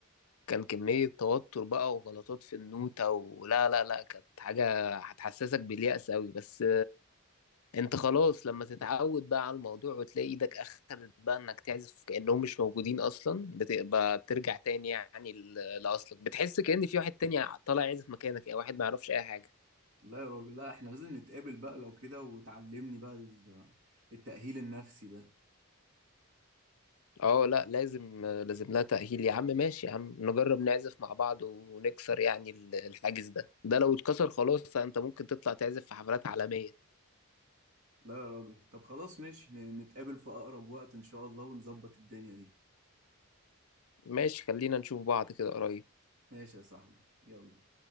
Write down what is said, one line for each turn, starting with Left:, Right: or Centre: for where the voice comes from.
Left: كان كمية توتر بقى وغلطات في النوتة ولا لا لا كانت حاجة هتحسسك باليأس أوي بس انت خلاص لما تتعود بقى على الموضوع وتلاقي ايدك اخدت بقى انك تعزف كأنهم مش موجودين اصلا بتبقى بترجع تاني يعني ل- لأصلك بتحس كأن في واحد تاني طالع يعزف مكانك يعني واحد ما يعرفش اي حاجة
Right: لا يا راجل لا احنا لازم نتقابل بقى لو كده وتعلمني بقى ال- التأهيل النفسي ده
Left: اه لا لازم لازم لها تأهيل يا عم ماشي يا عم نجرب نعزف مع بعض ونكسر يعني ال- الحاجز ده ده لو اتكسر خلاص انت ممكن تطلع تعزف في حفلات عالمية
Right: لا يا راجل طب خلاص ماشي ن- نتقابل في اقرب وقت ان شاء الله ونظبط الدنيا دي
Left: ماشي خلينا نشوف بعض كده قريب
Right: ماشي يا صاحبي يلا